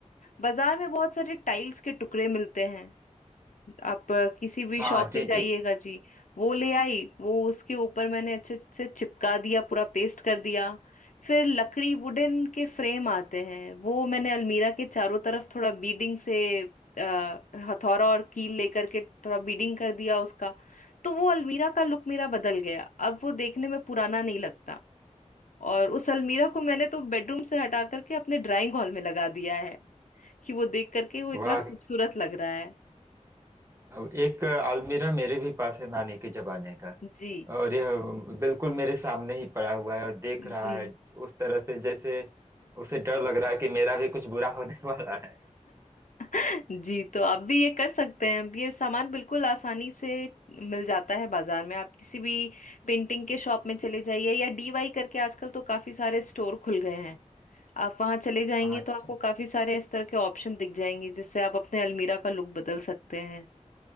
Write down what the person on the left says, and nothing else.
बाजार में बहुत सारे टाइल्स के टुकड़े मिलते हैं आप अ, किसी भी
शॉप
में जाइएगा
जी वो ले आई वो उसके ऊपर मैंने अच्छे से चिपका दिया पूरा पेस्ट कर दिया फिर लकड़ी वुडन के फ्रेम आते हैं वो मैंने अलमीरा के चारों तरफ थोड़ा बीडिंग से अ, हथौड़ा और कील लेकर के थोड़ा बीडिंग कर दिया उसका तो वो अलमीरा का लुक मेरा बदल गया अब वो देखने में पुराना नहीं लगता और उस अलमीरा को मैंने तो बेडरूम से हटा करके अपने ड्राइंग हॉल में लगा दिया है कि वो देख करके वो
इतना खूबसूरत लग रहा है
जी
जी
जी तो आप भी ये कर सकते हैं ये सामान बिल्कुल आसानी से मिल जाता है बाजार में आप किसी भी पेंटिंग के शॉप में चले जाइए या डीवाई करके आजकल तो काफी सारे स्टोर खुल गए हैं आप वहां चले जाएंगे
तो
आपको काफी सारे इस तरह के ऑप्शन दिख जाएंगे जिससे आप अपने अलमीरा का लुक बदल सकते हैं